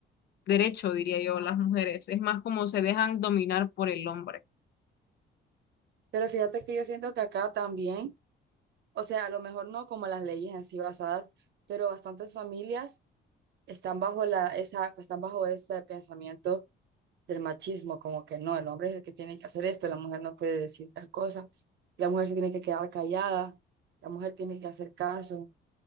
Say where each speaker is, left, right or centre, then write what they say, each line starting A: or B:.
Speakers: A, on the left; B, on the right.
A: derecho, diría yo, las mujeres. Es más como se dejan dominar por el hombre.
B: Pero fíjate que yo siento que acá también, o sea, a lo mejor no como las leyes en sí basadas, pero bastantes familias están bajo la, esa, están bajo ese pensamiento del machismo, como que no, el hombre es el que tiene que hacer esto, la mujer no puede decir tal cosa, la mujer se tiene que quedar callada, la mujer tiene que hacer caso,